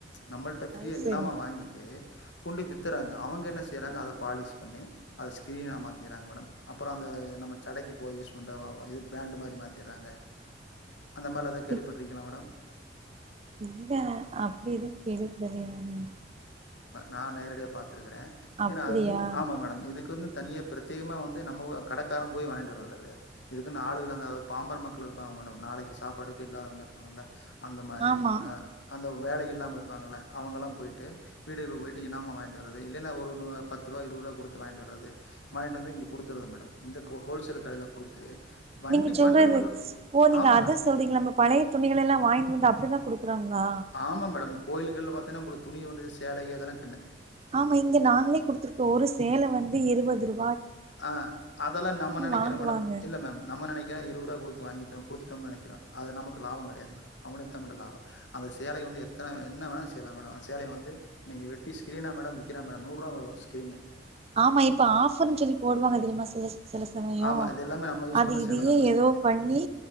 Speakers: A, on the left; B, on the right.
A: நம்மள்ட்ட ஃப்ரீயா
B: அது சரி
A: இனாமா வாங்கிட்டு கொண்டு போய் வித் தர்றாங்க அவங்க என்ன செய்யறாங்க அத பாலிஷ் பண்ணி அத ஸ்கிரீனா மாத்திர்றாங்க மேடம் அப்புறோ அந்த நம்ம சடைக்கு இப்போ யூஸ் பண்ற ஆ ஆ இது பேண்டு மாரி மாத்திர்றாங்க அந்த மாரல்லா எதா கேள்விப்பட்ருக்கீங்களா
B: இப்
A: மேடம்
B: இல்ல அப்டி எதுவு கேள்விப்படலயே நானு
A: நா நேரடியாக பாத் திருக்கிறே
B: அப்டியா
A: ஏன்னா அதுக்குன் ஆமா மேடம் இதுக் குன்னு தனியா பிரத்யேகமாக வந் து நம்ம ஊ கடக்கார போய் வாங்கிட்டு வர்றதெல்லா கெடையாது இதுக்குன்னு ஆளுகல்லாந்தா அதாவது பாம்பர மக்கள் இருப்பாங்க மேடம் நாளைக்கு சாப்பாடுக்கே இல்லாதவங்க இருப்பாங்கல்ல அந்த மாரி
B: ஆமா
A: ஆ அந்த வேலை இல்லாம இருப்பாங்கல்ல அவங்கல்லா போய்ட்டு வீடுகளுக்கு போயிட்டு இனாமா வாங்கிட்டு வர்றது இல்லைன்னா ஒரு நூ பத்து ருவா இருவது ருவா குடுத்து வாங்கிட்டு வர்றது வாங்கிட்டு வந்து இங்க குடுத்தறதுங் மேடம் இந்த ஹோ ஹோல்சேல் கடைல குடுத்து வண்டி
B: நீங்க சொல்றது
A: பண்டல் பண்டல்
B: ஓ நீங்க
A: ஆமா
B: அத
A: மேடம்.
B: சொல்றீங்களா நம்ம பழைய துணிகள எல்லா வாங்கிட்டு வந்து அப் டிதா குடுக் கறாங்களா
A: ஆமா மேடம். கோயில்கள்ல பாத்தயின்னா உங்களுக்கு துணி வந்து சேலை அதெல்லா
B: ஆமா இங்க நாங்களே குடுத்துருக்கோ ஒரு சேல வந் து இருபது ரூ
A: ஆ அதெல்லா நம்ம நெனைக்கிறோ
B: வாங்குவாங்க
A: மேடம் இல்ல மேம் நம்ம நெனைக்கிறோ இருவது ருவா குடு த்து வாங்கிட்டோ குடுத்துட்டோன்னு நெனக்கிறோ அது நமக்கு லாபோ கெடையாது மேடம் அவனுக்குத்தா மேடம் லாபோ அந்த சேலையிலிருந்து எத்தன என்ன வேண்ணா செய்லா மேடம் அந்த சேலைய வந்து நீங்க வெட்டி ஸ்கிரீனா மேடம் விக்கிறா மேடம் நூறுருவா மேடம் ஒரு ஸ்கிரீனு
B: ஆமா இப்ப ஆஃபர்ன்னு சொல்லி போடுவாங்க தெரியுமா சில ச சில சமயோ
A: ஆமா. இது எல்லாமே நம்ம யூஸ்
B: அது
A: பண்ண
B: இதையே
A: சேல தான் மேடம்.
B: ஏதோ பண்ணி